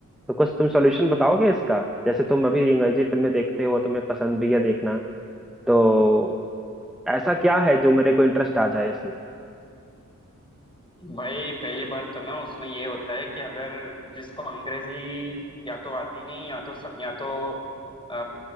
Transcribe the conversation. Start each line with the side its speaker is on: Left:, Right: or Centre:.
Centre: तो कुछ तुम सॉल्यूशन बताओगे इसका जैसे तुम अभी अंग्रेजी फिल्में देखते हो तुम्हें पसंद भी है देखना तो ऐसा क्या है जो मेरे को इंटरेस्ट आ जाए इसमें
Left: भाई पहली बात तो ना उसमें ये होता है कि अगर जिसको अंग्रेजी या तो आती नहीं या तो या तो आ,